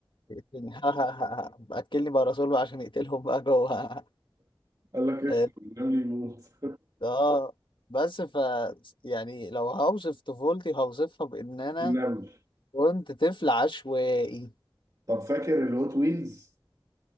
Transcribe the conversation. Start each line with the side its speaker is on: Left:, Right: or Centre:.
Left: ويقتلني <laughs> ها ها ها ها. اكلني بقى رسول بقى عشان يقتلهم بقى جوه <laughs>
Right: قال لك اشرب
Left: اه
Right: النمل يموت <laughs>
Left: آه. بس ف يعني لو هوصف طفولتي هوصفها بان انا
Right: النمل
Left: كنت طفل عشوائي
Right: طب فاكر الهوت ويلز